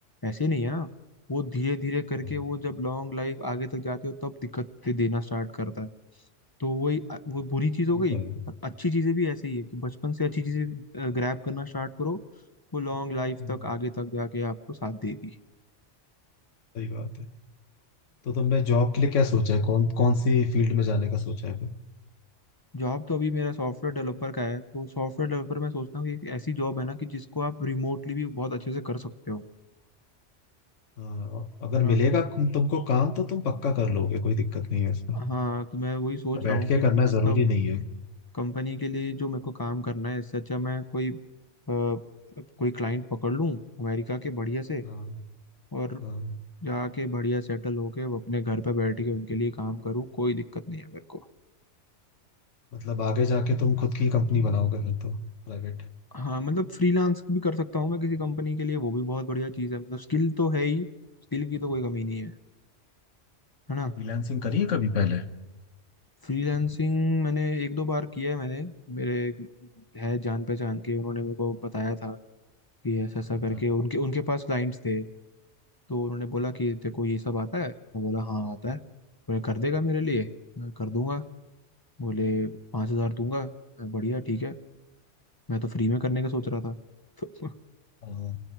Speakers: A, on the left (about 25°); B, on the left (about 80°).
A: ऐसे नहीं है ना वो धीरे धीरे करके
B: हाँ,
A: वो जब लॉन्ग लाइफ आगे तक जाते हो तब दिक्कत दे- देना स्टार्ट करता है तो वही अ- वो बुरी चीज हो
B: वो
A: गई
B: तो है
A: और अच्छी चीजें भी ऐसे ही है कि बचपन से अच्छी चीजें ग्रैब करना स्टार्ट करो वो लॉन्ग लाइफ
B: हम्म,
A: तक आगे तक जाके आपको साथ देगी
B: सही बात है तो तुमने जॉब के लिए क्या सोचा है कौन कौन सी फील्ड में जाने का सोचा है
A: जॉब तो अभी मेरा सॉफ्टवेयर डेवलपर का है तो सॉफ्टवेयर डेवलपर मैं सोचता हूँ कि एक ऐसी जॉब है ना कि जिसको आप रिमोटली भी बहुत अच्छे से कर सकते हो
B: हाँ, अगर
A: है ना
B: मिलेगा तुम- तुमको काम तो तुम पक्का कर लोगे कोई दिक्कत नहीं है उसमें
A: हाँ तो मैं वही सोच
B: बैठ
A: रहा हूँ
B: के
A: कि मतलब
B: करना जरूरी नहीं है
A: कंपनी के लिए जो मेरे को काम करना है इससे अच्छा मैं कोई अ, कोई क्लाइंट पकड़ लूँ अमेरिका के बढ़िया से
B: हाँ
A: और
B: हाँ
A: जाके बढ़िया सेटल होके वो अपने घर पे बैठ के उनके लिए काम करूँ कोई दिक्कत नहीं है मेरे को
B: मतलब आगे जाके तुम खुद की कंपनी बनाओगे फिर तो प्राइवेट
A: हाँ मतलब फ्रीलांस भी कर सकता हूँ मैं किसी कंपनी के लिए वो भी बहुत बढ़िया चीज़ है मतलब स्किल तो है ही स्किल की तो कोई कमी नहीं है है ना
B: फ्रीलांसिंग करी है कभी पहले
A: फ्रीलांसिंग मैंने एक दो बार किया है मैंने मेरे है जान पहचान के उन्होंने मेरे को बताया था कि ऐसा ऐसा करके
B: हाँ
A: उनके उनके पास क्लाइंट्स थे तो उन्होंने बोला कि तेरे को ये सब आता है मैं बोला हाँ आता है बोले कर देगा मेरे लिए मैं कर दूंगा बोले पाँच हज़ार दूंगा मैं बढ़िया ठीक है मैं तो फ्री में करने का सोच रहा था <laughs> तो
B: हाँ